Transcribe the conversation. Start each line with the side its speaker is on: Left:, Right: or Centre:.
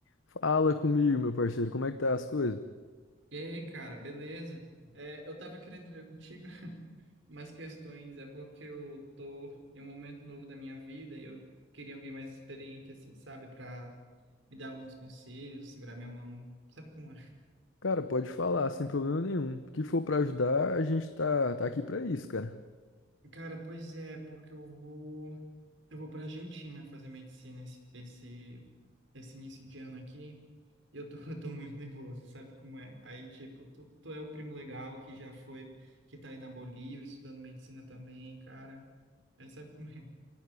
Left: Fala comigo, meu parceiro, como é que tá as coisas?
Right: E aí, cara, beleza? É, eu tava querendo ver contigo <laughs> umas questões, é porque eu tô em um momento novo da minha vida e eu queria alguém mais experiente, assim, sabe, pra me dar uns conselhos, segurar minha mão, sabe como é?
Left: Cara, pode falar, sem problema nenhum. O que for pra ajudar, a gente tá, tá aqui pra isso, cara.
Right: Cara, pois é, porque eu vou, eu vou pra Argentina fazer medicina esse, esse, esse início de ano aqui e eu tô, <laughs> eu tô muito nervoso, sabe como é? Aí, tipo, tu, tu é o primo legal que já foi, que tá aí na Bolívia estudando medicina também, cara, aí sabe como é?